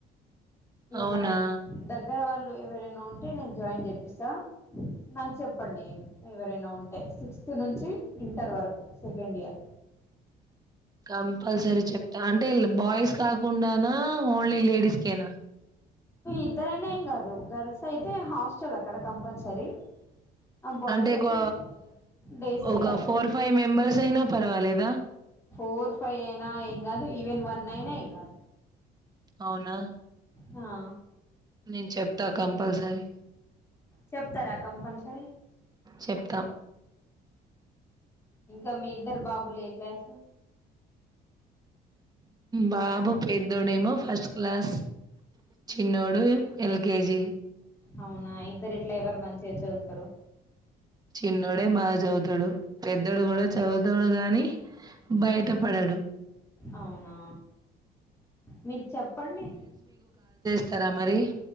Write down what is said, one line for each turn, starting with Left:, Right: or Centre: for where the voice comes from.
Left: ఇగ
Right: అవునా
Left: మనకు దగ్గర వాళ్ళు. ఎవరైనా ఉంట అంటే నేను జాయిన్ జెపిస్త నాకు చెప్పండి ఏం ఎవరైనా ఉంటే సిక్స్త్ నుంచి ఇంటర్ వరకు సెకండ్ ఇయర్
Right: కంపల్సరీ చెప్తా అంటే బాయ్స్ కాకుండానా ఓన్లీ లేడీస్కేనా
Left: ఇద్దరనే ఏం గాదు గర్ల్స్ అయితే హాస్టల్ అక్కడ కంపల్సరీ ఆ బాయ్స్
Right: అంటే ఒక
Left: అయితే డేస్ చేయాలి
Right: ఒక ఫోర్ ఫైవ్ మెంబర్స్ అయినా పర్వాలేదా
Left: ఫోర్ ఫైవ్ అయినా ఏం గాదు ఈవెన్ వన్ అయినా ఏం గాదు
Right: అవునా
Left: హా
Right: నేను చెప్తా కంపల్సరీ
Left: చెప్తారా కంపల్సరీ
Right: చెప్తా
Left: ఇంకా మీ ఇద్దరు బాబులు ఏ క్లాసు
Right: బాబు పెద్దోడేమొ ఫస్ట్ క్లాస్ చిన్నోడు ఎల్కెజీ
Left: అవునా ఇద్దరు ఎట్ల ఎవరు మంచిగా చదువుతారు
Right: చిన్నోడే బాగా చదువుతాడు పెద్దోడు కూడా చదువుతాడు గాని బయట పడడు
Left: అవునా మీరు చెప్పండి
Right: తరా మరి